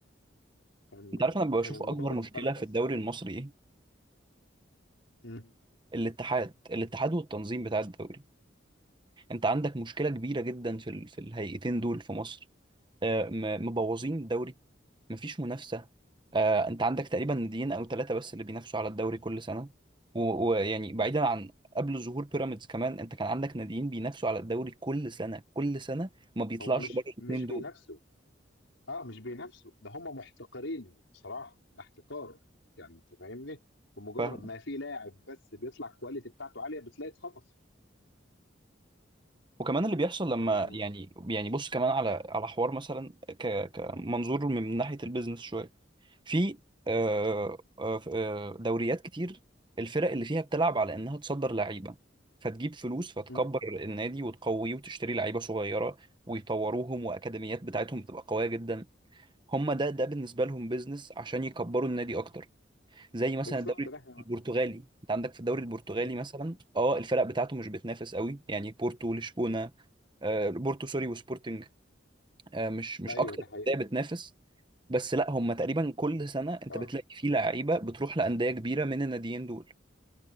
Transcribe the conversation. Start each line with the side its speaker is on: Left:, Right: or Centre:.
Left: كان
Right: انت عارف انا بشوف
Left: كان الموضوع
Right: اكبر
Left: بالنسبه
Right: مشكله
Left: لك
Right: في
Left: خلص
Right: الدوري المصري ايه
Left: مم.
Right: الاتحاد الاتحاد والتنظيم بتاع الدوري انت عندك مشكله كبيره جدا في ال... في الهيئتين دول في مصر آه، م- مبوظين الدوري مفيش منافسة آه انت عندك تقريبا ناديين او ثلاثة بس اللي بينافسوا على الدوري كل سنة و- ويعني بعيدا عن قبل ظهور بيراميدز كمان انت كان عندك ناديين بينافسوا على الدوري كل سنة كل سنة ما بيطلعش
Left: هم مش
Right: بره الاثنين
Left: مش بينافسوا
Right: دول
Left: اه مش بينافسوا ده هم محتقرين بصراحه ده احتكار يعني انت فاهمني بمجرد
Right: فاهم
Left: ما في لاعب بس بيطلع الكواليتي بتاعته عاليه بتلاقي اتخطف
Right: وكمان اللي بيحصل لما
Left: فاهمني
Right: يعني يعني بص كمان على على حوار مثلا ك- كمنظور من ناحية البيزنس شوية في آه، آه، آه، دوريات كتير الفرق اللي فيها بتلعب على انها تصدر لعيبه فتجيب فلوس فتكبر
Left: مم.
Right: النادي وتقويه وتشتري لعيبه صغيره ويطوروهم واكاديميات بتاعتهم بتبقى قويه جدا هم ده ده بالنسبه لهم بيزنس عشان يكبروا النادي اكتر زي مثلا
Left: بالظبط
Right: الدوري
Left: احنا
Right: البرتغالي انت عندك في الدوري البرتغالي
Left: مم.
Right: مثلا اه الفرق بتاعته مش بتنافس قوي يعني بورتو لشبونه آه، بورتو سوري وسبورتنج آه، مش مش
Left: ايوه
Right: اكتر
Left: ده حقيقه
Right: انديه بتنافس بس لا هم تقريبا كل سنه انت
Left: اه
Right: بتلاقي فيه لعيبه بتروح لانديه كبيره من الناديين دول